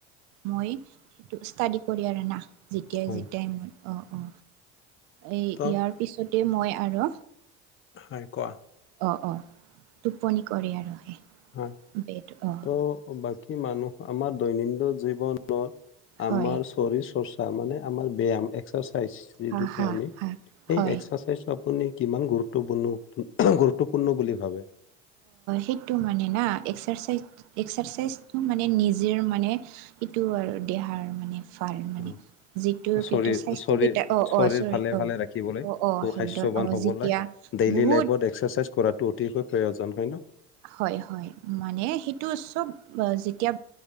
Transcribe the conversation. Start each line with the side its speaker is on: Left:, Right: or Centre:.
Right: মই সেইটো ষ্টাডি কৰি আৰু না যেতিয়াই
Left: হয়।
Right: যেতিয়াই মই অ অ এই
Left: ত'
Right: ইয়াৰ পিছতে মই আৰু
Left: হয় কোৱা
Right: অ অ টোপনি কৰে আৰু সেই
Left: হয়
Right: বেড অঁ
Left: ত' বাকী মানুহ আমাৰ দৈনন্দিন জীৱনত আমাৰ
Right: হয়
Left: শৰীৰ চৰ্চা মানে আাৰ ব্যায়াম এক্সাৰচাই
Right: হা হা হা হয়
Left: <unintelligible> আপুনি কিমান গুৰুত্বপূৰ্ণ গুৰুত্বপূৰ্ণ বুলি ভাবে
Right: সেইটো মানে না এক্সাৰচাইজ এক্সাৰচাইজটো মানে নিজে মানে এইটো আৰু দেহাৰ মানে ভাল মানে
Left: অ',
Right: যিটো কি
Left: শৰীৰ
Right: স্বাস্থ্যকেইটা
Left: শৰীৰ
Right: অ
Left: শৰীৰ
Right: অ চৰি
Left: ভালে
Right: অ
Left: ভালে ৰাখিবলৈ
Right: অ
Left: সু-স্বাস্থ্যৱান
Right: হেলডত অ
Left: হ'বলৈ
Right: যেতিয়া
Left: ডেইলি
Right: বহুত
Left: লাইফত এক্সাৰচাইজ কৰাটো অতিকৈ প্ৰয়োজন হয় ন
Right: হয় হয় মানে সেইটো চব যেতিয়া